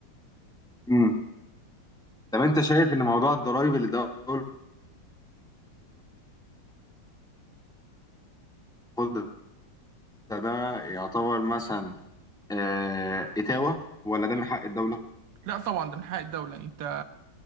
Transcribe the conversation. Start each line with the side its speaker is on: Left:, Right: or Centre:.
Centre: امم طب انت شايف ان موضوع الضرايب اللي الدوله بتاخدها ده يعتبر مثلا آه، اتاوه ولا ده من حق الدوله
Right: لا طبعا ده من حق الدولة انت